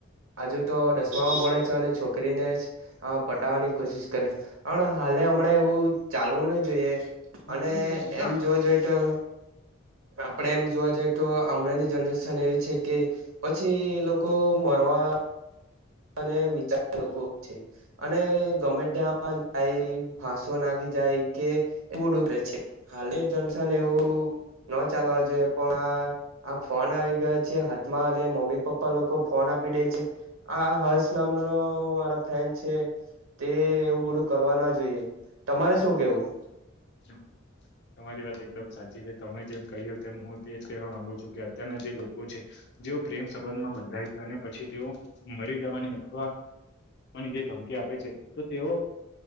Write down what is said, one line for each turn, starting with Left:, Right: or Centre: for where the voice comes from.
Right: હજુ તો દસમામાં ભણેે છે, અને છોકરીને પટાવવાની કોશિશ કરે છે. હાલે હમણાં એવું ચાલવું ન જોઈએ,
Left: મોકલી
Right: અને
Left: એ બોલના
Right: એમ જોવ જોઈતો. આપણેે એમ જોવા જઈએ, તો હમણાંની જનરેશન એવી છે કે. પછી એ લોકો મરવા અને વિચાર લોકો છે. અને ગમે ત્યાં જાય, ફાંસો નાખી જાય કે, એવું ડબરે છે. હાલી જંશન એવું ન ચાલવા જોઈએ, પણ આ આ ફોન આવી ગયો છે હાથમાં, અને મમ્મી-પપ્પા લોકો ફોન આપી દે છે. આ હર્ષ નામનો મારો ફ્રેન્ડ છે. તે એવું બધું કરવા ના જોઈએ, તમારે શું કેવું
Left: <unintelligible> તમારી વાત એકદમ સાચી છે, તમે જેમ કહ્યું તેમ, હું એ જ કવા માંગુ છું, કે અત્યારના જે લોકો છે. જેઓ પ્રેમ સંબંધમાં બંધાય છે, અને પછી તેઓ મરી જવાની અથવા પણ જે ધમકી આપે છે, તો તેઓ